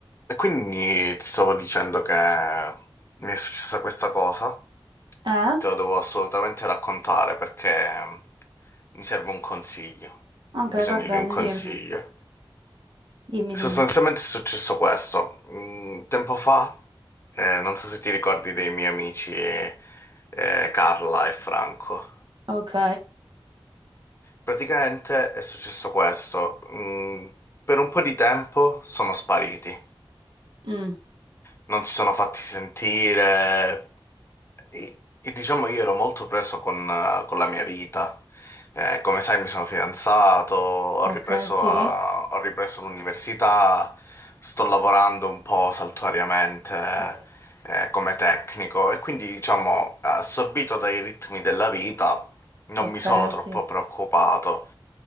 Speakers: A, on the left; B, on the right.
A: E quindi ti stavo dicendo che mi è successa questa cosa,
B: Eh?
A: te lo devo assolutamente raccontare perché mi serve un consiglio,
B: Ok,
A: ho bisogno
B: va bene,
A: di un consiglio.
B: dimmi, dimmi,
A: Sostanzialmente
B: dimmi.
A: è successo questo, Mm, tempo fa, eh, non so se ti ricordi dei miei amici eh, Carla e Franco,
B: Ok,
A: praticamente è successo questo, Mm, per un po' di tempo sono spariti,
B: Mm,
A: non si sono fatti sentire. E, e diciamo io ero molto preso con, eh, con la mia vita. Eh, come sai, mi sono fidanzato, ho
B: ok,
A: ripreso,
B: sì,
A: a- ho ripreso l'università, sto lavorando un po' saltuariamente,
B: sì,
A: eh, come tecnico e quindi, diciamo, assorbito dai ritmi della vita, non
B: ok,
A: mi sono troppo
B: sì.
A: preoccupato.